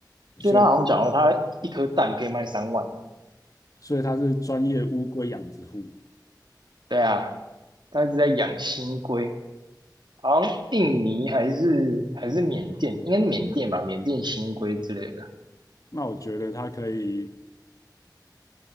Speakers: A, on the right; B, on the left.
A: 所以他好像讲说他一颗蛋可以卖三万。
B: 所以，所以他是专业乌龟养殖户。
A: 对啊，他一直在养新龟。好像印尼还是还是缅甸，
B: 嗯
A: 应该是缅甸吧，缅甸新规之类的。
B: 那我觉得他可以